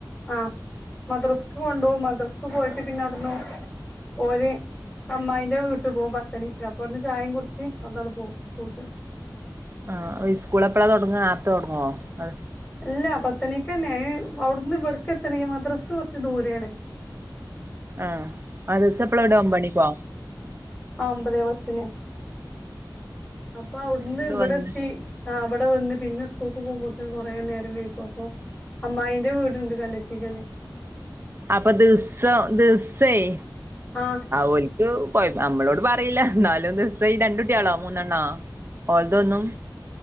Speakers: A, on the left; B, on the right.
A: ആഹ് മദ്രസ്ക്ക് കൊണ്ടൊവും മദ്രാസ്ക്ക് പോയിട്ട് പിന്നെ അവ്ട്ന്ന് ഓര് അമ്മായിന്റെ വീട്ട്പോകും പത്തണിക്ക് അപ്പൊ അവ്ട്ന്ന് ചായേം കുടിച്ച് അവ്ട്ന്നങ്ങ്പോവും സ്കൂൾക്ക്.
B: ആഹ് സ്കൂള് എപ്പഴ തൊടങ്ങ ആർത്ത തൊടങ്ങുവോ അ
A: ഇല്ല പത്ത്ണിക്ക്ന്നെന് അവിടുന്ന് ഇവിടക്ക് എത്തണെങ്കി മദ്രസ്സ് കൊറച്ച് ദൂരെണ്.
B: ആഹ് മദ്യസ എപ്പളാ വിട ഒപത്ത്മണിക്കോ?
A: ആ ഒമ്പതേ പത്തിന് അപ്പൊ അവിടുന്ന്
B: ഇങ്ങട്
A: ഇവിടെത്തി.
B: വന്ന്
A: ആ അവിടെ വന്ന് പിന്നെ സ്കൂൾക്ക് പോകുമ്പോത്തന് കൊറേ നേരം വിക്കും. അപ്പൊ അമ്മായി ന്ററവീടുണ്ട് കലത്തികൾ
B: അപ്പൊ ദിസം ദിസംയ്
A: ആഹ്
B: ഓല്ക്ക് കൊയ്നമ്മളോട് പറീല്ല. ന്നാലൂന്ന് ദിവസം ഈ രണ്ട് കുട്ടികളോ മൂന്നെണ്ണാ ഓൾതൊന്നും.